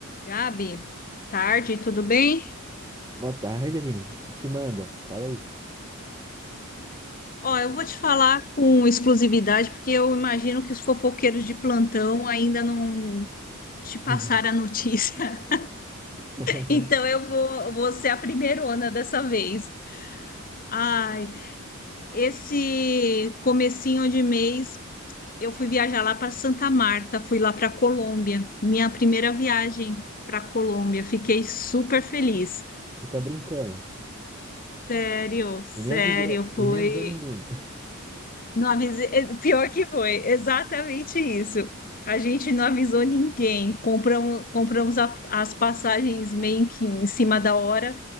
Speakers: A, on the left; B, on the right.
A: Gabi, tarde, tudo bem?
B: Boa tarde, Aline. O que manda? Fala aí.
A: Ó, eu vou te falar com exclusividade, porque eu imagino que os fofoqueiros de plantão ainda não te passaram
B: Uhum.
A: a notícia. <laughs>
B: <laughs>
A: Então eu vou, vou ser a primeirona dessa vez. Ai, esse comecinho de mês eu fui viajar lá para Santa Marta, fui lá para Colômbia, minha primeira viagem para Colômbia. Fiquei super feliz.
B: Você tá brincando.
A: Sério, sério,
B: E nem avisou,
A: foi.
B: e nem avisou ninguém.
A: Não avisei. é, Pior que foi, exatamente isso. A gente não avisou ninguém. Compramos, compramos a- as passagens meio que em cima da hora.